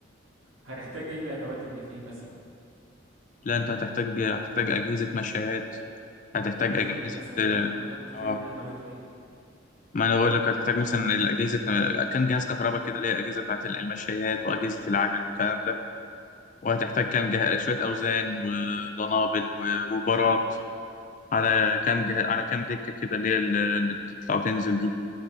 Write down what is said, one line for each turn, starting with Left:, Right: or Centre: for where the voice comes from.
Right: هنحتاج إيه الأدوات اللي فيه مثلا
Left: لا أنت هتحتاج هتحتاج أجهزة مشايات هتحتاج
Right: لو جيم
Left: أجهزة
Right: مثلا ممكن نحط فيه
Left: آه
Right: أدوات إيه
Left: ما انا بقول لك هتحتاج مثلا الاجهزه كان جهاز كهرباء كده اللي هي اجهزه بتاعت المشايات واجهزه العجل والكلام ده وهتحتاج كام جه... شويه اوزان ودنابل و- وبارات على كام جه... على كام دكه كده اللي هي ال- اللي بتطلع وتنزل دي